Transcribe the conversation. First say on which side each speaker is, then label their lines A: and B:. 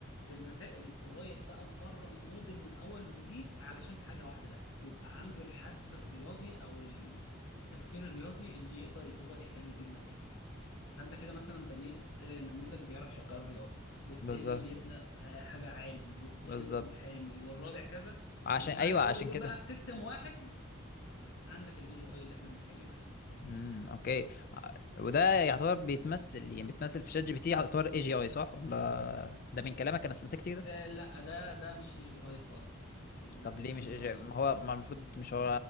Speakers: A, on the left; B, on the left.
A: بالمسائل ورايح بقى مره موديل من اول وجديد علشان حاجه واحده بس يبقى عنده الحدس الرياضي او ال- التفكير الرياضي اللي يقدر هو يحل بيه المسائل فانت كده مثلا بنيت آه، نموذج بيعرف شغال رياضه والتاني
B: بالظبط
A: بيبنى آه، حاجه عالم والتالت
B: بالظبط
A: محامي والرابع كذا
B: عشان
A: اجمع
B: ايوه
A: لي كل
B: عشان
A: دول
B: كده
A: بقى في سيستم واحد عندك الاي جي اي اللي احنا بنتكلم عليه
B: امم اوكي ع- وده يعتبر بيتمثل يعني بيتمثل في شات جي بي تي يعتبر اي جي اي صح ولا ده من كلامك انا استنتجت كده
A: آه لا ده ده مش اي جي اي خالص يعني يعني لا
B: طب ليه
A: مش
B: مش
A: اي جي
B: اي جي
A: اي يا
B: ما
A: برو
B: هو ما المفروض مش هو